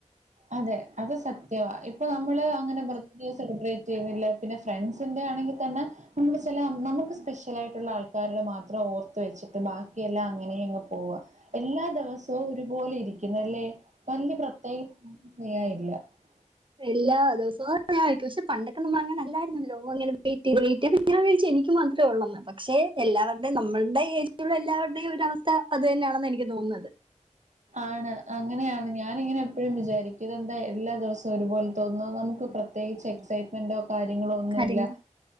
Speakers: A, on the right; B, on the right.
A: അതെ അത് സ <unintelligible> ഇപ്പൊ നമ്മള് അങ്ങനെ ബർത്ത്ഡേ സെലിബ്രേ <unintelligible> പിന്നെ ഫ്രണ്ട്സിന്റെറെ ആണെങ്കി തന്ന നമ്മള് ചില നമുക്ക് സ്പെഷ്യലായിട്ടുള്ള ആൾക്കാരുടെ മാത്രം ഓർത്ത് വെച്ചിട്ട് ബാക്കിയെല്ലാം അങ്ങനെ അങ്ങ് പോവുക എല്ലാ ദിവസവും ഒരുപോലെ ഇരിക്കുന്ന് അല്ലേ <unintelligible> <unintelligible> പ്രത്യേക <unintelligible>
B: എല്ലാ ദിവസവും <unintelligible> പക്ഷെ പണ്ടൊക്കെ നമ്മൾ അങ്ങന അല്ലായിരുന്നല്ലോ അങ്ങനെ വെയ്റ്റ് ചെയ്ത് വെയ്റ്റ് അപ്പൊ ഞാൻ വിചാരിച്ചു എനിക്ക് മാത്രേ ഒള്ളെന്ന് പക്ഷെ എല്ലാവരുടെയും നമ്മളുടെ ഏജിലുള്ള എല്ലാവരുടെയും ഒരു അവസ്ഥ അത് തന്നെയാണെന്ന എനിക്ക് തോന്നുന്നത്
A: ആണ് അങ്ങനെയാണ് ഞാനിങ്ങനെ എപ്പോഴും വിചാരിക്കും എന്താ എല്ലാ ദിവസവും ഒരുപോലെ തോന്നുന്നു നമുക്ക് പ്രത്യേകിച്ച് എക്സൈറ്റ്മെന്റോ കാര്യങ്ങളും ഒന്നും
B: കാര്യങ്ങൾ
A: ഇല്ല